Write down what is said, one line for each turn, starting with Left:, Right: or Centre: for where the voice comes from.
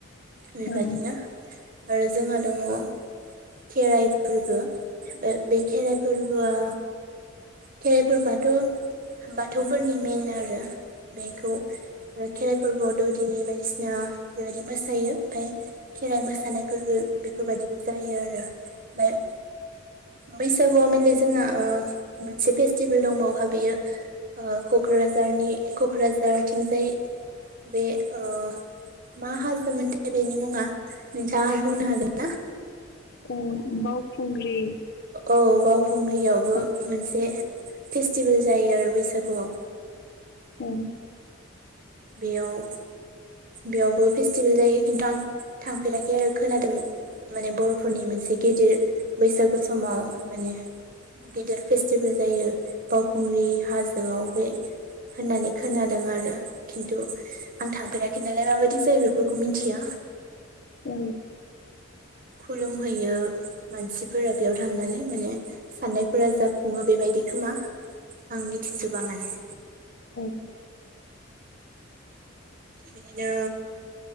Right: बेबादिनो
Left: औ
Right: आरो जोंहा दङ' खेराइ फोरबो बे बे खेराइ फोरबोआ खेरायफोर बाथ' बाथौफोरनि मेन आरो बेखौ खेराइ फोरबोआव दौदिनि बायदिसिना बेबायदि मोसायो ओमफ्राय खेराइ मोसानायफोरबो बेफोरबायदिबो जायो आरो ओमफाय बैसागुआव माने जोंहा ओ मोनसे फेस्टिभेल दंबावहा बेयो ओ क'क्राझारनि क'क्राझारथिंजाय बे ओ मा हाजोमोनथाय बेनि मुङा नोंथाङा बुंनो हागोन ना?
Left: औ बावखुंग्रि
Right: औ बावखुंग्रियावबो
Left: ओं
Right: मोनसे फेस्टिभेल जायो आरो बैसागुआव
Left: औ
Right: बेयाव बेयावबो फेस्टिभेल जायो खिन्थु आं थांफेराखै आरो खोनादों। माने बर'फोरनि मोनसे गेदिर बैसागु समाव माने गिदिर फेस्टिभेल जायो बावखुंग्रि हाजोआव बे होननानै खोनादों आरो खिन्थु आं थांफेराखै नालाय माबायदि जायो बेफोरखौ मिथिया।
Left: औ
Right: खुलुमहैयो मानसिफोरा बेयाव थांनानै माने साननायफोरा जाफुङो बेबायदि खोमा आं मिथिजोबा माने।
Left: औ
Right: बिनिनो